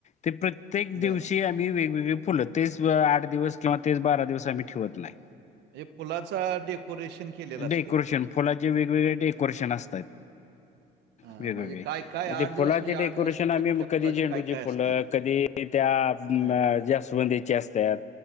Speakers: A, on the left; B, on the right.
A: ते प्रत प्रत्येक दिवशी
B: बरं.
A: आम्ही वेगवेगळी फुलं तेच आठ दिवस किंवा तेच बारा दिवस आम्ही ठेवत नाही.
B: म्ह फुलाचा डेकोरेशन केलेलं असतंय.
A: डेकोरेशन फुलाचे वेगवेगळे डेकोरेशन असतात.
B: अ,
A: वेगवेगळे
B: म्हणजे काय, काय
A: मग ते
B: दिवस
A: फुलाचे
B: म्हणजे
A: डेकोरेशन
B: दिवस कुठल्या-कुठल्या
A: आम्ही कधी
B: फुलाचे
A: झेंडूचे
B: काय-काय
A: फुलं
B: असते?
A: कधी त्या ज्या
B: हं.
A: जास्वंदीचे असतात